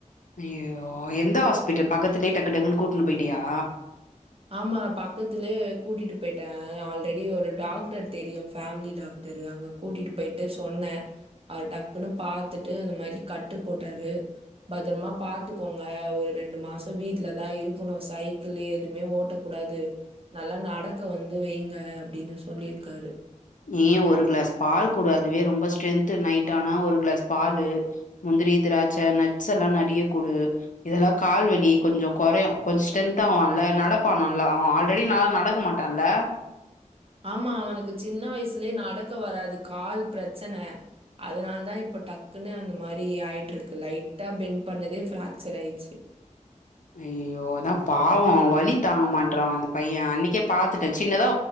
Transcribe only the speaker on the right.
ஆமா நா பக்கத்துலயே கூட்டிட்டு போயிட்டே ஆல்ரெடி ஒரு டாக்டர் தெரியு ஃபேமிலி டாக் டரு அங்க கூட்டிட்டு போயிட்டு சொன்ன அவர் டக்குன்னு பாத்துட்டு இந்த மாரி கட்டு போட்டாரு பத்திரமா பாத்துக்கோங்க ஒரு ரெண்டு மாசோ வீட்ல தா இருக்கணு சைக்கிள்லு எதுமே ஓட்ட கூடாது நல்லா நடக்க வந்து வைங்க அப்டின்னு சொல்லிருக்காரு
ஆமா அவனுக்கு சின்ன வயசுலயே நடக்க வராது கால் பிரச்சன அதனால தா இப்போ டக்குன்னு அந்த மாரி ஆயிட்டு இருக்கு லைட்டா பென் பண்ணதே ஃப்ராக்சர் ஆயிட்ச்சி